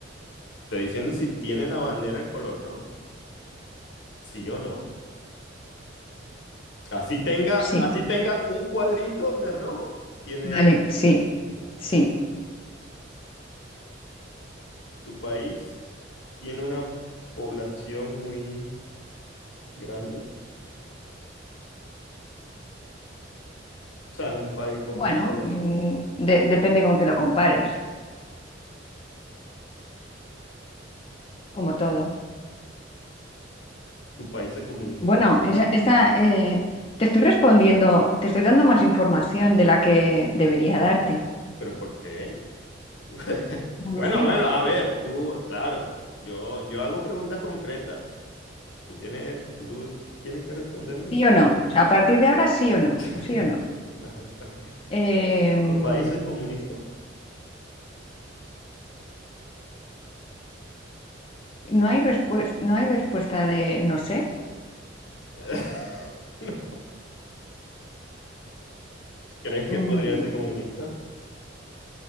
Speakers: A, on the left; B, on the left.
A: estoy diciendo si tiene la bandera al color rojo. Sí o no. Así tenga,
B: sí,
A: así tenga un cuadrito de rojo, tiene...
B: vale, sí,
A: Vale,
B: sí.
A: vale. ¿Tu país tiene una población muy grande? O sea, es un país con
B: Bueno,
A: mucha población.
B: mm, de- depende con que lo compares, como todo.
A: Tu país es comunista.
B: Bueno, esa- esta, eh, te estoy respondiendo, te estoy dando más información de la que debería darte.
A: ¿Pero por qué? <laughs>
B: No lo
A: Bueno,
B: sé.
A: bueno, a ver, tú, claro, yo, yo hago preguntas concretas. Tú tienes, tú tienes que responderme
B: Sí
A: sí.
B: o no.
A: o-
B: O sea, a partir de ahora sí o no,
A: <laughs>
B: sí o no.
A: Vale, vale.
B: Eh, mm,
A: ¿Tu país es comunista?
B: no hay respuesta, no hay respuesta de no sé.
A: <laughs> No. ¿Crees que
B: Mm,
A: podría ser comunista?